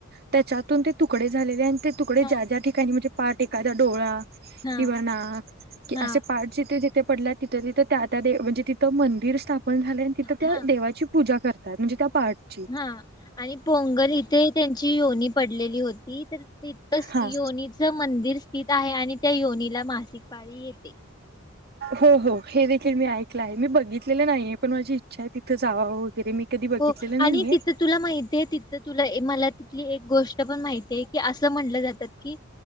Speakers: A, on the right; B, on the left.
A: त्याच्यातून ते तुकडे झालेले आणि ते तुकडे
B: हा
A: ज्या ज्या ठिकाणी म्हणजे पाठ एखादा डोळा
B: हा
A: किंवा नाक कि
B: हा
A: असे पार्ट जिथे जिथे पडल्यात तिथं तिथं त्या त्या दे म्हणजे तिथं मंदिर स्थापन झालंय आणि तिथं त्या
B: हा
A: देवाची पूजा कर तात म्हणजे त्या पार्टची
B: हा आणि पोंगल इथे त्यांची योनी पडलेली होती तर तिथंच
A: हा
B: योनी च मंदिर स्थित आहे आणि त्या योनीला मासिक पाळी येते.
A: हो हो हे देखील मी ऐकलं आहे मी बघितलेलं नाहीये पण माझी इच्छा आहे तिथे जावं वगैरे मी कधी बघितलेलं
B: हो
A: नाहीये.
B: आणि तिथं तुला माहिती हे ती तर तुला एक मला तिथली एक गोष्ट पण माहिती आहे की असं म्हटलं जातात की